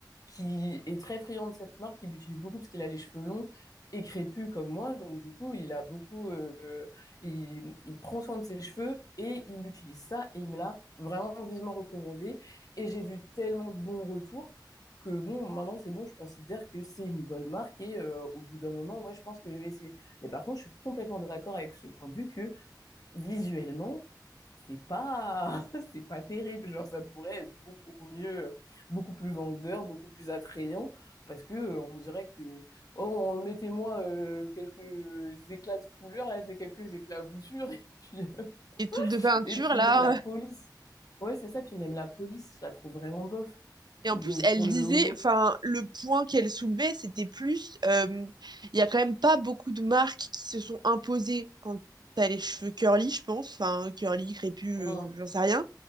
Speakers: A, on the left (about 50°); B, on the right (about 65°).
A: qui est très friand de cette marque, il l'utilise beaucoup parce qu'il a les cheveux longs et crépus comme moi, donc du coup, il a beaucoup, euh, il, il prend soin de ses cheveux et il utilise ça et il me l'a vraiment vivement recommandé. Et j'ai vu tellement de bons retours que bon, maintenant c'est bon, je considère que c'est une bonne marque et euh, au bout d'un moment, ouais, je pense que je vais essayer. Mais par contre, je suis complètement d'accord avec ce point de vue que visuellement, c'est pas <laughs> c'est pas terrible genre ça pourrait être beaucoup mieux beaucoup plus vendeur beaucoup plus attrayant parce que euh, on dirait que oh mettez-moi euh, quelques éclats de couleurs là c'est quelques éclaboussures <laughs> et puis euh,
B: Les trucs de peinture,
A: et puis
B: là,
A: même la police ouais c'est ça puis même la police je la trouve vraiment bof
B: Et en
A: donc
B: plus, elle
A: pour
B: disait,
A: le logo
B: enfin, le point qu'elle soulevait, c'était plus, euh, il y a quand même pas beaucoup de marques qui se sont imposées quand t'as les cheveux curly, je pense, enfin, curly, crépus, euh,
A: Mm.
B: j'en sais rien.